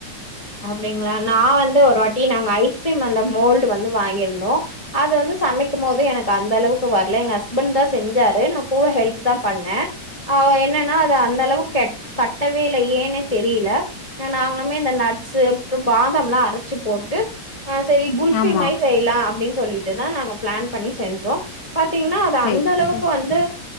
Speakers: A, on the left; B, on the left.
A: அப்படிங்களா நான் வந்து ஒரு வாட்டி நாங்க ஐஸ்கிரீம் அந்த மோல்டு வந்து வாங்கியிருந்தோம் அது வந்து சமைக்கும் போது எனக்கு அந்த அளவுக்கு வர்ல எங்க ஹஸ்பண்ட் தான் செஞ்சாரு நான் கூட ஹெல்ப் தான் பண்ணேன் அ என்னன்னா அது அந்த அளவுக்கு கேட் கட்டவே இல்ல யேன்னே தெரியல நாங்களுமே இந்த நட் ட்ஸ்ஸு அப்புறம் பாதாம் எல்லாம் அரைச்சு போட்டு ஆ செரி குல்ஃபி
B: ஆமா
A: மாரி செய்யலாம் அப்படின்னு சொல்லிட்டு தான் நாங்க ப்ளான் பண்ணி செஞ்சோம் பாத்தீங்கன்னா அது
B: சேரி
A: அந்த அளவுக்கு
B: சேரி
A: வந்து